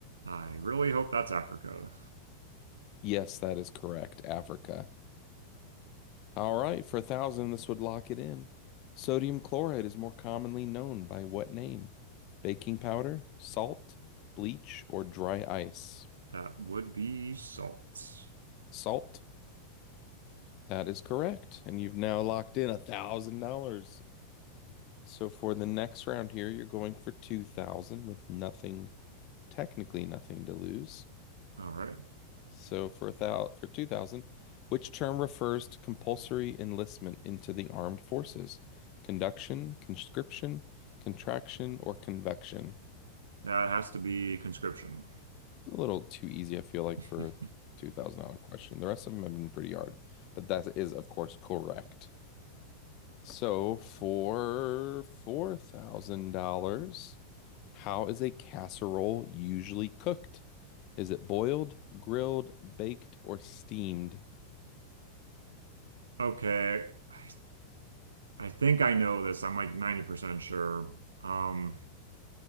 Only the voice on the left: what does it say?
Yes, that is correct, Africa. All right, for 1,000, this would lock it in. Sodium chloride is more commonly known by what name? Baking powder, salt, bleach, or dry ice?
Salt. That is correct. And you've now locked in $1,000. So for the next round here, you're going for 2000 with nothing, technically nothing to lose.
So for thou for 2000, which term refers to compulsory enlistment into the armed forces? Conduction, conscription, contraction, or convection?
A little too easy, I feel like,
for a $2,000 question. The rest of them have been pretty hard, but that is, of course, correct. So for $4,000, how is a casserole usually cooked? Is it boiled, grilled, baked, or steamed?